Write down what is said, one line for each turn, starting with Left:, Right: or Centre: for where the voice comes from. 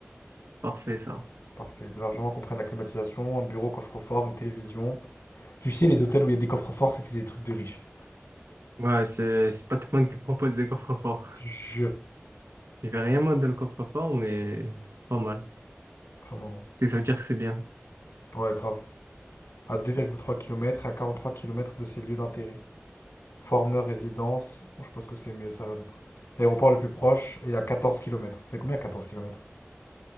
Right: Parfait ça.
Left: Parfait. Les hébergements comprennent la climatisation, un bureau, coffre-fort, une télévision. Tu sais, les hôtels où il y a des coffres-forts, c'est que c'est des trucs de riches.
Right: Ouais, c'est c'est pas tout le monde qui propose des coffres forts.
Left: Je jure,
Right: Je vais rien moi dans le coffre-fort, mais pas mal.
Left: vraiment.
Right: Et ça veut dire que c'est bien.
Left: Ouais, grave. À 2,3 km et à 43 km de ces lieux d'intérêt. Former résidence. Bon, je pense que c'est mieux ça là d'être. L'aéroport le plus proche est à 14 kilomètres. Ça fait combien Quatorze kilomètres